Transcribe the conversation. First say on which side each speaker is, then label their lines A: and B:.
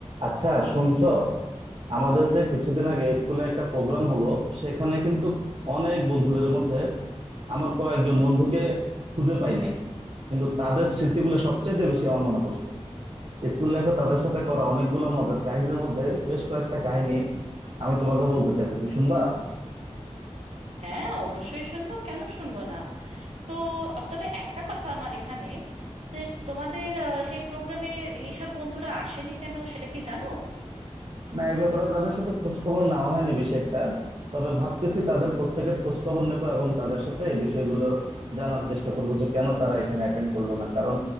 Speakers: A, on the right; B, on the right.
A: আচ্ছা শুনছো আমাদের যে কিছুদিন আগে স্কুলে একটা প্রোগ্রাম হলো সেখানে কিন্তু অনেক বন্ধুদের মধ্যে আমার কয়েকজন বন্ধুকে খুঁজে পাই নাই কিন্তু তাদের স্মৃতিগুলো সবচেয়ে বেশি আমার মনে পড়ছে স্কুল লাইফে তাদের সাথে করা অনেকগুলো মজার কাহিনীর মধ্যে বেশ কয়েকটা কাহিনী আমি তোমাকে বলতে চাইতেছি শুনবা
B: হ্যাঁ অবশ্যই শুনবো কেন শুনবো না তো আব- তবে একটা কথা আমার এখানে যে তোমাদের আহ, সেই প্রোগ্রামে এইসব বন্ধুরা আসেনি কেন সেটা কি জানো
A: না এই ব্যাপারে তাদের সাথে খোঁজ খবর নেওয়া হয়নি বেশি একটা তবে ভাবতেছি তাদের প্রত্যেকের খোঁজ খবর নেব এবং তাদের সাথে এই বিষয়গুলো জানার চেষ্টা করব যে কেন তারা এখানে অ্যাটেন্ড করলো না কারণ